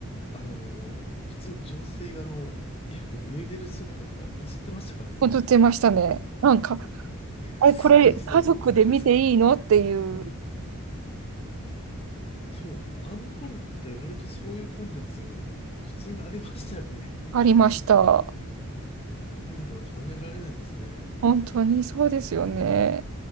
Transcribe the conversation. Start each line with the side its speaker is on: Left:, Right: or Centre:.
Left: あのー普通に女性があの、衣服脱いでる姿とか映ってましたからね、
Right: 映ってましたね。なんか、あれ、
Left: すごい時代だったと思いますけど。
Right: これ家族で見ていいのっていう、
Left: でも、あの頃って割とそういうコンテンツ、普通にありましたよね。
Right: ありました。
Left: あー今では考えられないですね。
Right: 本当にそうですよね。